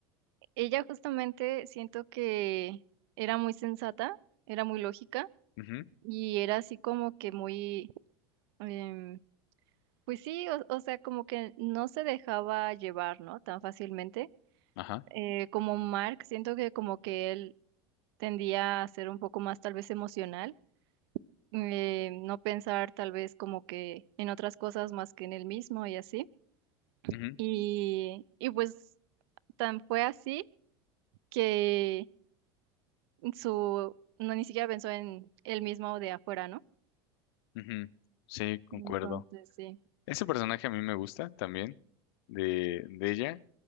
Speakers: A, on the right; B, on the left.
A: ella justamente siento que era muy sensata, era muy lógica
B: Ujú,
A: y era así como que muy, em, pues sí, o, o sea, como que no se dejaba llevar, ¿no? Tan fácilmente.
B: ajá,
A: Eh, como Mark, siento que como que él tendía a ser un poco más tal vez emocional eh, no pensar tal vez como que en otras cosas más que en el mismo y así.
B: ujú,
A: Y, y pues tan fue así que su, no ni siquiera pensó en el mismo de afuera, ¿no?
B: ujú. Sí, concuerdo.
A: Entonces, sí.
B: Ese personaje a mí me gusta también, de, de ella,